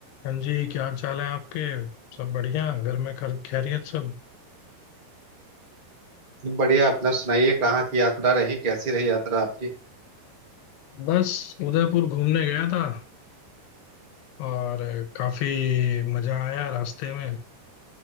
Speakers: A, on the left; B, on the right.
A: हाँ जी क्या हाल चाल है आपके सब बढ़िया घर में खर खैरियत सब
B: बढ़िया अपना सुनाइए कहाँ की यात्रा रही कैसी रही यात्रा आपकी
A: बस उदयपुर घूमने गया था और काफी मजा आया रास्ते में